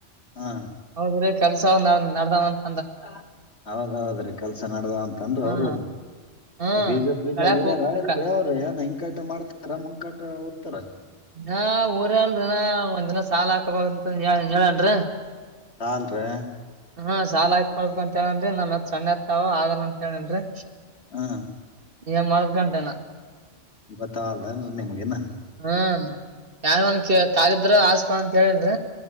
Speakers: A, on the left; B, on the right.
A: ಹಾ
B: ಹೌದ್ರೀ ಕೆಲ್ಸ ನಡದಾವಂತ
A: <unintelligible> ಹೌದೌದ್ರೀ ಕೆಲ್ಸ ನಡ್ದ ಅಂತನ್ ಅವರುೂನು
B: ಹ್ಮ್ ಹ್ಮ್
A: ಬೀಜ ಬೀಜ
B: ಕಳ್ಯಾಕ್
A: ಉರ್ಯಾರ
B: ಹೋಗ್
A: ಇಲ್ರೀ
B: ಕ-
A: ಅವ್ರ ಏನ್ ಹಿಂಕಾಟ ಮಾಡ್ತಾರ ಮಂಕಟ ಉರ್ತಾರ
B: ನ ಊರ್ ಹೇಳರಿನಾ ಒಂದ್ ದಿನ ಸಾಾಲ ಹಾಕಬಂತ ಹೇಳನ್ರಿ
A: ಹಾ ಲಾ ರಿ
B: ಹಾ ಸಾಲ ಹಾಕೊಳ್ಬೇಕು ಅಂತ ಹೇಳನ್್ರಿ ನಮ್ತ್ ಸಣ್ಣ ಹತಾವ ಆಗಲ್ಲ ಅಂತ ಹೆಲೆನೇರಿ
A: ಹಾ
B: ಏನು ಮಾಡದಕಂಟನಾ
A: ಇವತ್ತ ಅ ನಿಮ್ಗೆ ನ
B: ಹ್ಮ ಯ ಒನ್ ಕಾಲಿದ್ರ ಆಸ್ಪ ಅಂತ ಹೇಳೇನ್ರ